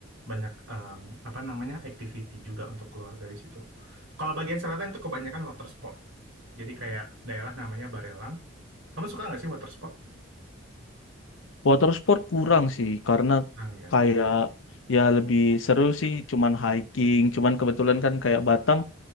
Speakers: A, on the right (about 70°); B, on the left (about 65°).
A: banyak em, apa namanya activity juga untuk keluarga di situ. Kalau bagian selatan itu kebanyakan water sport. Jadi kayak daerah namanya Barelang. Kamu suka nggak sih water sport?
B: Water sport kurang sih karena
A: Nah, ya.
B: kayak ya lebih seru sih cuman hiking, cuman kebetulan kan kayak Batam